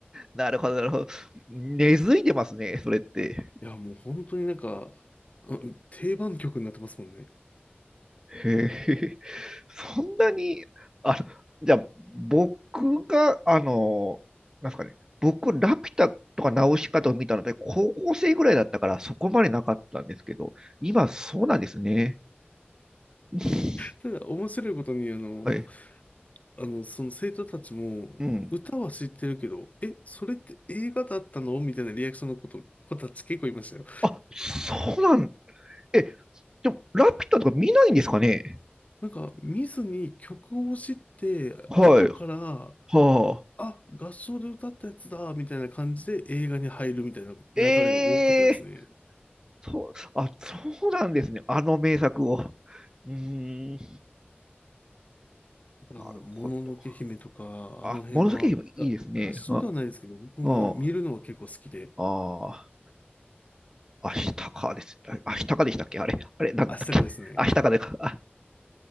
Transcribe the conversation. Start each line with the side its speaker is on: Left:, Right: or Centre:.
Right: なるほど、なるほど。根付いてますね、それって。
Left: いや、もう本当になんか、うん定番曲になってますもんね。
Right: へえ、そんなに、あの、じゃあ、僕が、あの、なんですかね、僕、ラピュタとかナウシカとか見たので、高校生ぐらいだったから、そこまでなかったんですけど、今、そうなんですね。うん
Left: ただ、面白いことに、あの、
Right: はい。
Left: あの、その生徒たちも、
Right: うん。
Left: 歌は知ってるけど、え、それって映画だったのみたいなリアクションのこと、子たち結構いましたよ。
Right: あ、そうなん、え、でも、ラピュタとか見ないんですかね
Left: なんか、見ずに曲を知って、
Right: はい。
Left: 後から、
Right: はあ。
Left: あ、合唱で歌ったやつだ、みたいな感じで映画に入るみたいな流れが多かったですね。
Right: ええそう、あ、そうなんですね。あの名作を。うーん、
Left: あの、
Right: なるほど。
Left: もののけ姫とか、
Right: あ、
Left: あの辺は、
Right: 紫姫いいですね。
Left: が合唱ではないですけど、
Right: あ、
Left: 僕は見るのが結構好きで、
Right: うん。ああ、アシタカです。あアシタカでしたっけあれ、あれ、なんだったっけアシタカでか。
Left: 明日がですね、
Right: あ、